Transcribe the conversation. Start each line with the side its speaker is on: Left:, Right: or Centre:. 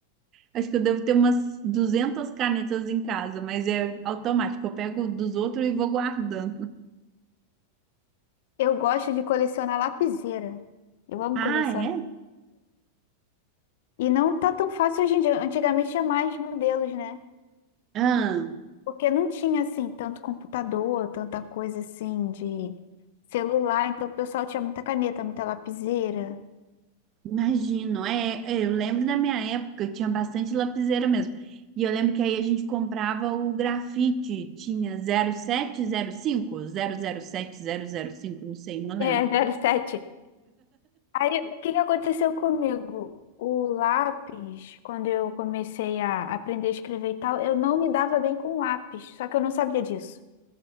Right: Acho que eu devo ter umas 200 canetas em casa, mas é automático. Eu pego dos outros e vou guardando.
Left: Eu gosto de colecionar lapiseira. Eu amo
Right: Ah,
Left: colecionar.
Right: é?
Left: E não tá tão fácil hoje em dia. Antigamente tinha mais modelos, né?
Right: Ah,
Left: Porque não tinha, assim, tanto computador, tanta coisa, assim, de celular. Então, o pessoal tinha muita caneta, muita lapiseira.
Right: imagino. É, é, eu lembro da minha época, tinha bastante lapiseira mesmo. E eu lembro que aí a gente comprava o grafite. Tinha zero sete, zero cinco, zero zero sete sete cinco zero zero cinco. não sei, não lembro.
Left: É, <laughs> zero sete. Aí, o que que aconteceu comigo? O lápis, quando eu comecei a aprender a escrever e tal, eu não me dava bem com lápis, só que eu não sabia disso.